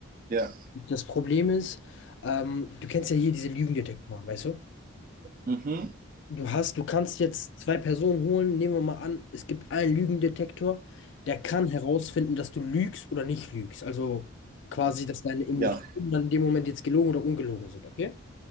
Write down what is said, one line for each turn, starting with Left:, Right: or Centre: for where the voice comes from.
Right: Ja.
Left: Das Problem ist, ähm, du kennst ja hier diese Lügendetektoren, weißt du?
Right: Mhm.
Left: Du hast, du kannst jetzt zwei Personen holen. Nehmen wir mal an, es gibt einen Lügendetektor, der kann herausfinden, dass du lügst oder nicht lügst. Also quasi, dass deine Emotionen
Right: Ja.
Left: dann in dem Moment jetzt gelogen oder ungelogen sind, okay?